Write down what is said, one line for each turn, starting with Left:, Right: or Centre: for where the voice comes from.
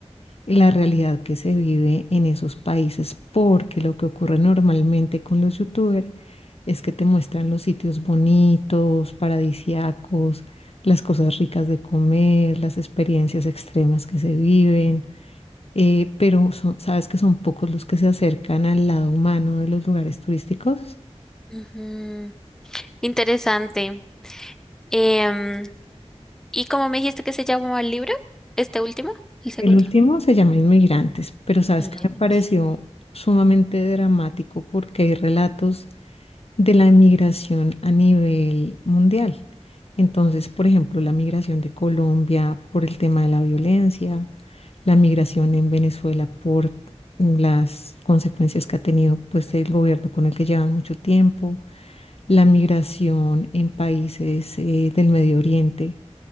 Left: la realidad que se vive en esos países, porque lo que ocurre normalmente con los youtubers es que te muestran los sitios bonitos, paradisiacos, las cosas ricas de comer, las experiencias extremas que se viven, eh, pero son- sabes que son pocos los que se acercan al lado humano de los lugares turísticos.
Centre: Ujú, Interesante. Em, ¿y cómo me dijiste que se llamaba el libro? ¿Este último? ¿El segundo?
Left: El último se llama Inmigrantes, pero sabes
Centre: Inmigrantes.
Left: que me pareció sumamente dramático porque hay relatos de la migración a nivel mundial. Entonces, por ejemplo, la migración de Colombia por el tema de la violencia, la migración en Venezuela por las consecuencias que ha tenido pues el gobierno con el que llevan mucho tiempo, la migración en países eh, del Medio Oriente,